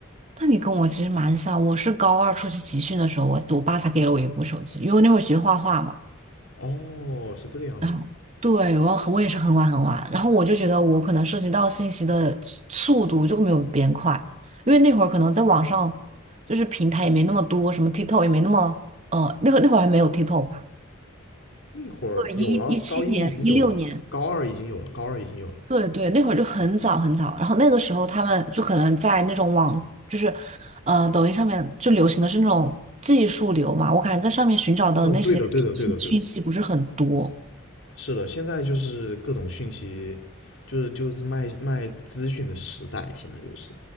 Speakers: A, on the right; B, on the left.
A: 那你跟我其实蛮像，我是高二出去集训的时候，我我爸才给了我一部手机，因为我那会儿学画画嘛。
B: 哦，是这个样子，
A: 然后对，我很我也是很晚很晚，然后我就觉得我可能涉及到信息的速度就没有别人快，因为那会儿可能在网上就是平台也没那么多，什么 TikTok 也没那么呃，那会那会儿还没有 TikTok 吧？
B: 那会儿有了，
A: 对，一一七年、
B: 高一已经有了，
A: 一六年，
B: 高二已经有了，高二已经有了。
A: 对对，那会儿就很早很早，然后那个时候他们就可能在那种网就是呃抖音上面就流行的是那种技术流嘛，我感觉在上面寻找的那些信讯息不是很多。
B: 哦，对的对的对的对的，是的，现在就是各种讯息，就是就是卖卖资讯的时代，现在就是。